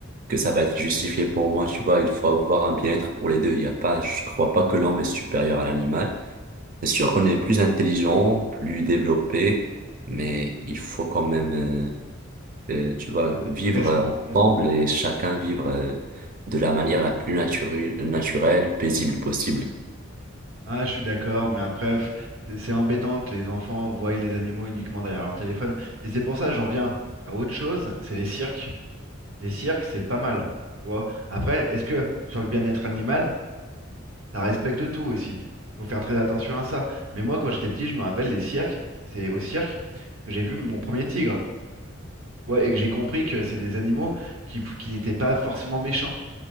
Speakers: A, on the right (about 45°); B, on the right (about 85°).
A: que ça va être justifié pour moi, tu vois. Il faut avoir un bien-être pour les deux. Il y a pas, je crois pas que l'homme est supérieur à l'animal. C'est sûr qu'on est plus intelligent, plus développé, mais il faut quand même, euh, euh, tu vois, vivre
B: Après, c'est-
A: euh,
B: mm,
A: ensemble et chacun vivre, euh, de la manière la plus naturelle, naturelle, paisible possible.
B: ah, je suis d'accord, mais après, f- c'est c'est embêtant que les enfants voient les animaux uniquement derrière leur téléphone. Et c'est pour ça, que j'en viens à autre chose, c'est les cirques. Les cirques, c'est pas mal. Tu vois. Après, est-ce que sur le bien-être animal, Ça respecte tout aussi. Faut faire très attention à ça. Mais moi, quand j'étais petit, je me rappelle les cirques. C'est au cirque que j'ai vu mon premier tigre. Ouais, et que j'ai compris que c'est des animaux qui, qui n'étaient pas forcément méchants.